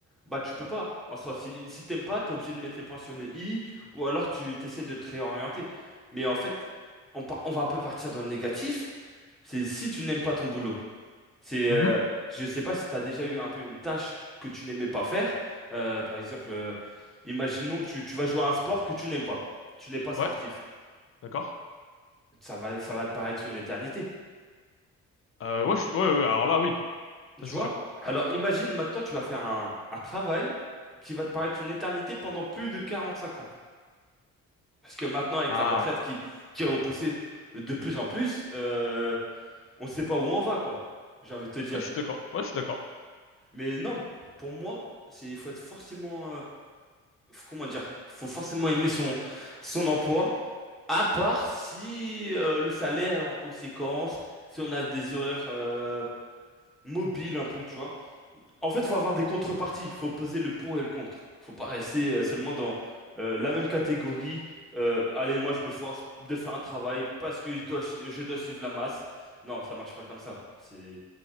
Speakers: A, in the centre; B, on the left.
A: bah tu peux pas. En soi, si, si t'aimes pas, t'es obligé de mettre les points sur les i, ou alors tu t'essaies de te réorienter. Mais en fait, on, par- on va un peu partir dans le négatif, c'est si tu n'aimes pas ton boulot. C'est, euh,
B: Mhm.
A: je sais pas si t'as déjà eu un peu une tâche que tu n'aimais pas faire. Euh, par exemple, euh, imaginons, tu, tu vas jouer à un sport que tu n'aimes pas. Tu n'es pas sportif
B: Ouais, d'accord.
A: ça va, ça va te paraître une éternité.
B: Euh, ouais, je suis- ouais, ouais, ouais, alors là, oui, ça
A: Tu
B: c'est
A: vois?
B: sûr.
A: Alors imagine maintenant, tu vas faire un, un travail qui va te paraître une éternité pendant plus de 45 ans. Parce que maintenant, avec
B: Ah
A: la retraite
B: ouais,
A: qui, qui est repoussée de plus en plus, euh, on ne sait pas où on va, quoi. J'ai envie de te dire.
B: Ah, je suis d'accord. Ouais, je suis d'accord.
A: Mais non, pour moi, c'est, il faut être forcément, euh, faut- comment dire, faut forcément aimer son, son emploi. À part si euh, le salaire est en conséquence, si on a des horaires euh, mobiles un peu, tu vois. En fait, faut avoir des contreparties, faut poser le pour et le contre. Faut pas rester euh, seulement dans euh, la même catégorie. euh, allez, moi je me force de faire un travail parce que je dois, je dois suivre la masse. Non, ça marche pas comme ça. C'est